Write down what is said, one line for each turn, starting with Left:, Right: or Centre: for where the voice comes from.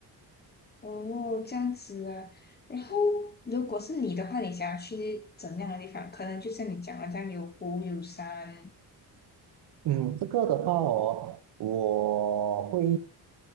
Left: 哦，这样子啊。然后，如果是你的话，你想要去怎么样的地方？可能就像你讲的这样，有湖有山，
Right: 嗯，这个的话哦，我会